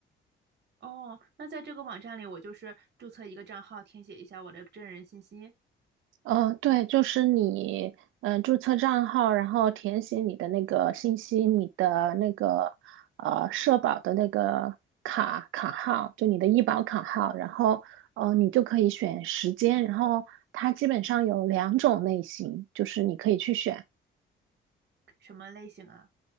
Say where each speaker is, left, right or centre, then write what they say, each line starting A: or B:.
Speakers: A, on the right; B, on the right.
A: 哦，那在这个网站里，我就是注册一个账号，填写一下我的真人信息，
B: 呃，对，就是你，嗯、注册账号，然后填写你的那个信息，你的那个呃社保的那个卡卡号，就你的医保卡号，然后呃你就可以选时间，然后它基本上有两种类型，就是你可以去选。
A: 什么类型啊？